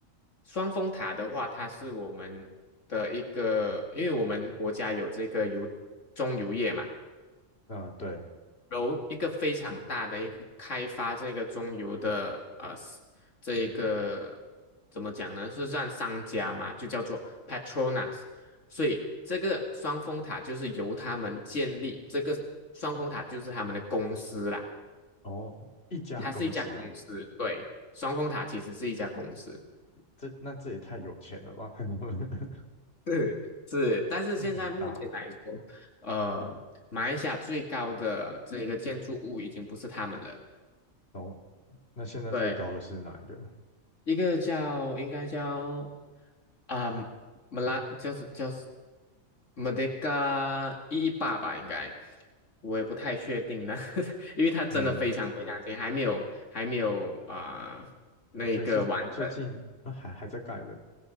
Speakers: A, on the left (about 65°); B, on the left (about 50°).
A: 双峰塔的话，它是我们的一个，因为我们国家有这个油中油业嘛。
B: 啊对，
A: 由一个非常大的一个开发这个中游的呃这一个怎么讲呢？是让商家嘛，就叫做 Petronas，所以这个双峰塔就是由他们建立，这个双峰塔就是他们的公司啦，
B: 然后一家公司哦，
A: 它是一家公司，对，双峰塔其实是一家公司。
B: 这那这也太有钱了吧，<laughs>
A: 是是，但是现在目前来说，
B: 真的很大。
A: 呃，马来西亚最高的这个建筑物已经不是他们了。
B: 哦，那现在最高的是哪一个？
A: 对。一个叫应该叫啊，马拉叫是就是马德加一一八吧，应该我也不太确定呢，<laughs> 因为它真的非常非常近，
B: 嗯，
A: 还没有还没有啊、呃那个完成，
B: 哦，所以是最近啊还还在盖的